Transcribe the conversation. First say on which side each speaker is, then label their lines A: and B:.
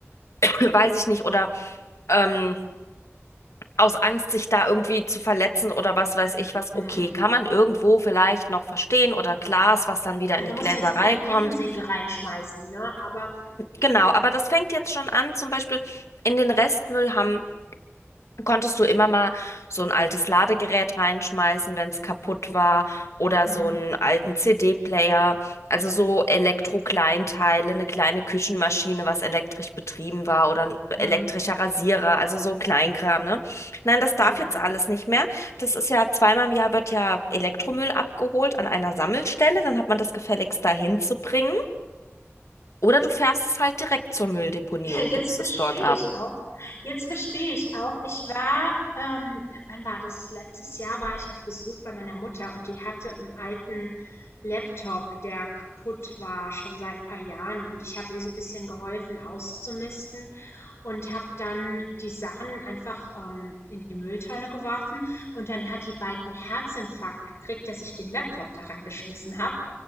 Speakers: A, on the left; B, on the left.
A: <clears throat> weiß ich nicht, oder ähm, aus Angst, sich da irgendwie zu verletzen oder was weiß ich was,
B: Mhm.
A: okay, kann man irgendwo vielleicht noch verstehen oder Glas, was dann wieder
B: Ja,
A: in die
B: du musst
A: Gläserei
B: ja jetzt keine
A: kommt.
B: Kettensäge reinschmeißen, ne? aber
A: Genau, aber das fängt jetzt schon an, zum Beispiel in den Restmüll haben konntest du immer mal so ein altes Ladegerät reinschmeißen, wenn es kaputt war, oder
B: Hm,
A: so einen alten CD-Player, also so Elektrokleinteile, eine kleine Küchenmaschine, was elektrisch betrieben war, oder ein
B: hm.
A: elektrischer Rasierer, also so Kleinkram, ne? Nein, das darf
B: ja.
A: jetzt alles nicht mehr. Das ist ja zweimal im Jahr wird ja Elektromüll abgeholt an einer Sammelstelle, dann hat man das gefälligst dahin zu bringen. Oder du fährst es halt direkt zur Mülldeponie
B: <laughs> Jetzt
A: und gibst
B: verstehe
A: es dort ab.
B: ich auch jetzt verstehe ich auch. Ich war ähm, wann war das? Letztes Jahr war ich auf Besuch bei meiner Mutter und die hatte einen alten Laptop, der kaputt war, schon seit paar Jahren und ich habe ihr so ein bisschen geholfen auszumisten und habe dann die Sachen einfach, ähm, in die Mülltonne geworfen. Und dann hat die bald einen Herzinfarkt gekriegt, dass ich den Laptop da reingeschmissen habe.